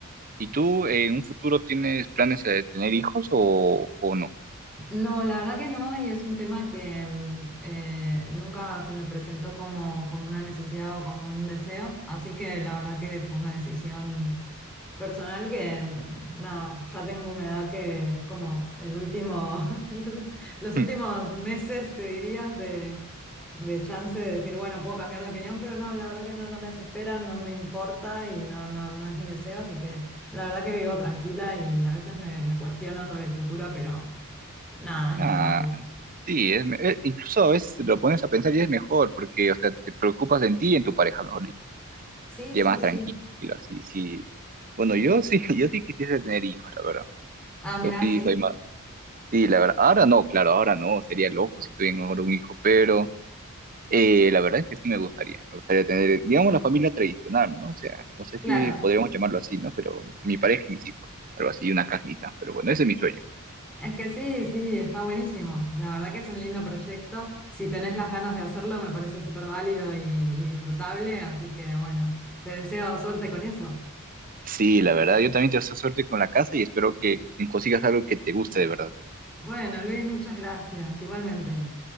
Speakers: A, on the right; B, in the centre.
A: ¿Y tú eh, en un futuro tienes planes de tener hijos o, o no?
B: No, la verdad que no, y es un tema que mm, eh, nunca se me presentó como, como una necesidad o como un deseo, así que la verdad que fue una decisión personal que, mm, nada, ya tengo una edad que es como el último, <laughs> el ult- los últimos
A: <laughs>
B: meses, te dirías, de, de chance de decir, bueno, puedo cambiar de opinión, pero no, la verdad que no, no me desespera, no me importa y no, no, no es mi deseo, así que la verdad que vivo tranquila y a veces me, me cuestiono sobre el futuro, pero... Nada,
A: Nada,
B: es normal.
A: sí, es, me- eh, incluso a veces lo pones a pensar y es mejor, porque, o sea, te preocupas en ti y en tu pareja, mejor dicho,
B: Sí,
A: y
B: sí,
A: es más
B: sí.
A: tranquilo, sí, sí. Bueno, yo sí, <laughs> yo sí quisiese tener hijos, la verdad.
B: Ah, mirá,
A: Yo sí
B: sí.
A: soy más, sí, la verdad. Ahora no, claro, ahora no, sería loco si tuviera ahora un hijo, pero eh, la verdad es que sí me gustaría, me gustaría tener, digamos, la familia tradicional, ¿no? O sea, no sé si
B: Claro.
A: podríamos llamarlo así, ¿no? Pero mi pareja y mis hijos, algo así, una casita, pero bueno, ese es mi sueño.
B: Es que sí, sí, está buenísimo. La verdad que es un lindo proyecto. Si tenés las ganas de hacerlo, me parece súper válido y, y disfrutable. Así que bueno, te deseo suerte con eso.
A: Sí, la verdad, yo también te deseo suerte con la casa y espero que consigas algo que te guste de verdad.
B: Bueno, Luis, muchas gracias. Igualmente.